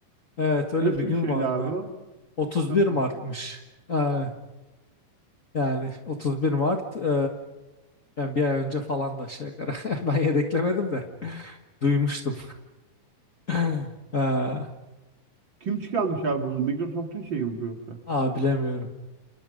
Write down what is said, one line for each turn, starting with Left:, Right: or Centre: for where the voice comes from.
Left: Evet öyle
Right: Nasıl
Left: bir gün
Right: bir şeydi
Left: vardı.
Right: abi o?
Left: otuz
Right: Nasıl
Left: bir Mart'mış.
Right: bir şey?
Left: Ha, yani 31 Mart e, Yani bir ay önce falan da aşağı yukarı. <laughs> Ben yedeklemedim de <laughs> duymuştum. <laughs> Aa,
Right: Kim çıkarmış abi bunu? Microsoft'un şeyi mi bu yoksa?
Left: aa, bilemiyorum.